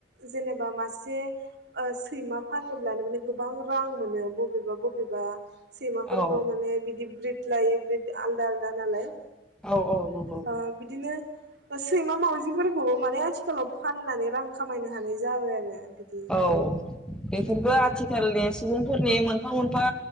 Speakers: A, on the right; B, in the centre.
A: जेनेबा मासे ओ सैमा फानोब्लानो माने गोबां रां मोनो बबेबा बबेबा सैमाफोरखौ
B: औ
A: माने बिदि ब्रिद लायो ब्रिद आलदा आलदा नालाय।
B: औ औ नंगौ
A: ओ बिदिनो सैमा मावजिफोरखौबो माने आथिखालाव फाननानै रां खामायनो हानाय जाबाय आरो बिदि
B: औ बेफोरबो
A: औ
B: आथि खालनि सुबुंफोरनि मोन मोनफा मोनफा